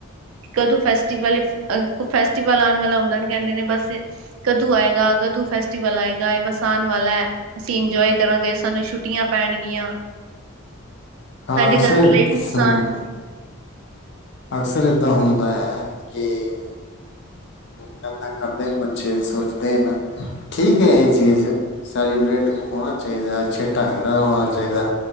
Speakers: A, on the right (about 75°); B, on the left (about 55°).
A: ਕਦੋਂ ਫੈਸਟੀਵਲ ਅ ਫੈਸਟੀਵਲ ਆਉਣ ਵਾਲਾ ਹੁੰਦਾ ਨ ਕਹਿੰਦੇ ਨੇ ਬਸ ਕਦੋਂ ਆਏਗਾ ਕਦੋਂ ਫੈਸਟੀਵਲ ਆਏਗਾ ਇਹ ਬਸਾਣ ਵਾਲਾ ਹੈ। ਅਸੀਂ ਇੰਜੋਏ ਕਰਾਂਗੇ ਸਾਨੂੰ ਛੁੱਟੀਆਂ ਪੈਣਗੀਆਂ।
B: ਹਾਂ
A: ਸਾਡਡੀ
B: ਅਕਸਰ
A: ਗਰੇ ਨੁਕਸਾਨ
B: ਹਮ ਅਕਸਰ ਇਏਦਾਂ ਹੁੰਦਾ ਹੈ ਕਿ ਇਨਾ ਤੰਗ, ਕਰਦੇ ਨੇ ਬੱਚੇ ਸੋਚਦੇ ਨਾ। ਠੀਕ ਹੈ ਇਹ ਚੀਜ਼। ਸੈਲੀਬ੍ਰਟ ਹੋਣਾ ਚਾਹੀਦਾ। ਅੱਛੇ ਢੰਗ ਨਾਲ, ਹੋਣਾ ਚਾਹੀਦਾ।